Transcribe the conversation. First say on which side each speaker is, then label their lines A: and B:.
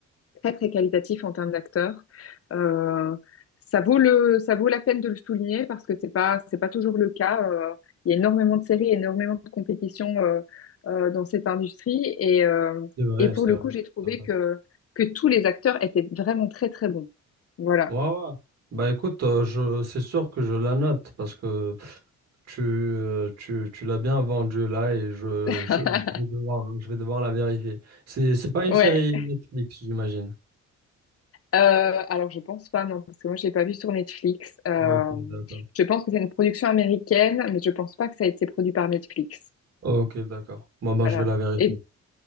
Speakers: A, on the left; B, on the right.
A: très, très qualitatifs en termes d'acteurs. Euh, ça vaut le, ça vaut la peine de le souligner parce que c'est pas, c'est pas toujours le cas. Euh, il y a énormément de séries, énormément de compétitions euh, euh, dans cette industrie. Et, euh,
B: C'est vrai,
A: et pour
B: c'est
A: le
B: vrai.
A: coup, j'ai
B: je suis
A: trouvé
B: d'accord.
A: que, que tous les acteurs étaient vraiment très, très bons. Voilà.
B: Ouais, ouais. Bah, écoute, euh, je... c'est sûr que je la note parce que tu, euh, tu, tu l'as bien vendue là et je,
A: <laughs>
B: je, je vais devoir, je vais devoir la vérifier. C'est, c'est pas une
A: Ouais.
B: série Netflix, j'imagine.
A: Euh, alors je pense pas, non, parce que moi je l'ai pas vu sur Netflix. Euh,
B: Ok, d'accord.
A: je pense que c'est une production américaine, mais je pense pas que ça a été produit par Netflix.
B: Ok, d'accord. Moi,
A: Voilà.
B: je vais la vérifier.
A: Et,